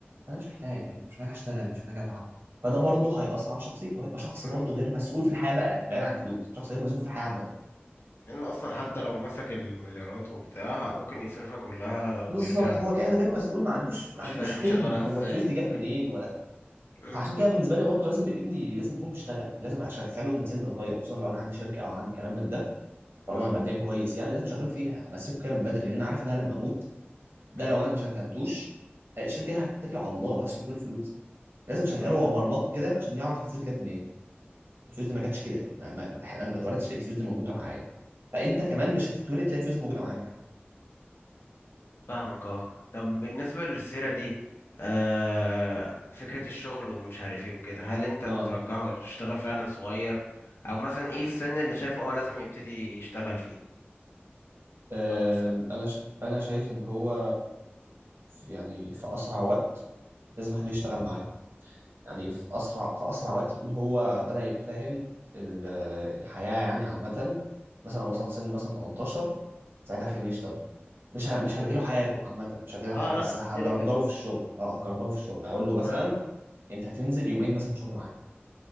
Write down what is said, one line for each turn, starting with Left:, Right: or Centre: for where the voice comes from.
Right: انا مش محتاج يعني مش محتاج اشتغل مش محتاج اتعب فده برضه هيأثر على شخصيته وهيبقى شخص
Left: أه.
Right: برضه غير مسؤول في الحياه بقى بعيد عن الفلوس شخص غير مسؤول في الحياه عامه
Left: ان اصلا حتى لو مسك المليارات وبتاع ممكن يصرفها كلها ويرجع
Right: بالظبط
Left: للصفر
Right: هو كائن غير مسؤول ما عندوش
Left: مش
Right: ما عندوش
Left: فاهم
Right: فهم
Left: شغالها
Right: هو
Left: ازاي
Right: الفلوس دي
Left: وبتاع
Right: جت منين ولا
Left: أه،
Right: فعشان كده بالنسبه لي برضو لازم ابني لازم يكون بيشتغل لازم اشغله من سن صغير خصوصا لو انا عندي شركه او عندي كلام من ده
Left: أه،
Right: طالما انا ماديا كويس يعني لازم اشغله فيها امسكه كده من بدري لان انا عارف ان انا لما اموت ده
Left: أه.
Right: لو انا ما شغلتوش الشركه دي هتتكل على الله وهسيب كل الفلوس لازم اشغله
Left: فاهم
Right: هو مرمط كده عشان يعرف الفلوس دي جت منين الفلوس دي ما جاتش كده ما ما ما- انا ما اتولدتش لقيت الفلوس دي موجوده معايا فانت كمان مش هتتولد تلاقي الفلوس دي موجوده معاك
Left: فاهمك اه طب بالنسبة للسيرة دي آه فكرة الشغل ومش عارف ايه وكده هل انت
Right: اه
Left: ترجحه يشتغل فعلا صغير او مثلا ايه السن اللي شايفه اه لازم يبتدي يشتغل فيه
Right: أم،
Left: او تس...
Right: انا ش... انا شايف ان هو في- يعني في اسرع وقت لازم اخليه يشتغل معايا يعني في اسرع في اسرع وقت يكون هو بدأ يبقى فاهم ال- الحياة يعني عامة مثلا وصل سن مثلا 18 ساعتها
Left: مم.
Right: خليه يشتغل مش ه- مش هلغي له حياته عامة مش هلغي له
Left: اه
Right: حياته
Left: لا
Right: بس
Left: تديله
Right: هجرجره
Left: فكرة
Right: في الشغل اه هجرجره في الشغل هقول له مثلا
Left: اه آه،
Right: انت هتنزل يومين مثلا شغل معايا